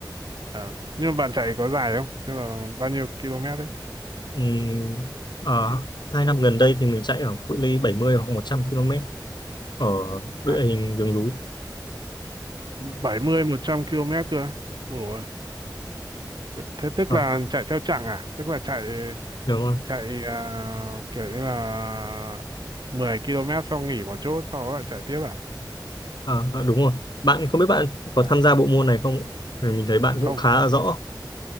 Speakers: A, on the right; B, on the left.
A: ờ. nhưng mà bạn chạy có dài không tức là bao nhiêu km đấy
B: Ừ, ở hai năm gần đây thì mình chạy ở cự ly 70 hoặc 100 km ở địa
A: à,
B: hình đường núi.
A: bảy mươi một trăm km cơ ủa thế tức
B: Ờ,
A: là chạy theo chặng à tức là chạy
B: đúng rồi.
A: chạy à, kiểu như là 10 km xong nghỉ một chỗ sau đó lại chạy tiếp à,
B: Ờ, ờ, đúng rồi. Bạn không biết bạn có
A: à
B: tham gia bộ môn này không? Ừ, Mình thấy bạn
A: không
B: cũng khá là rõ.